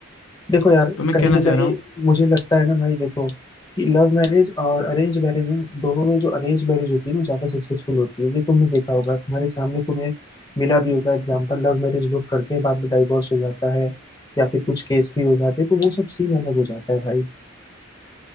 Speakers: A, on the left (about 20°); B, on the left (about 85°).
A: देखो यार
B: तो मैं
A: कहीं
B: कहना
A: ना
B: चाह
A: कहीं
B: रहा हूँ
A: मुझे लगता है ना भाई देखो कि लव मैरिज और अरेंज मैरिज में दोनों में जो अरेंज मैरिज होती है ना ज्यादा सक्सेसफुल होती है ये तुमने देखा होगा तुम्हारे सामने तुम्हें मिला भी होगा एग्जाम्पल लव मैरिज लोग करते हैं बाद में डाइवोर्स हो जाता है या फिर कुछ केस भी हो जाते हैं तो वो सब सीन अलग हो जाता है भाई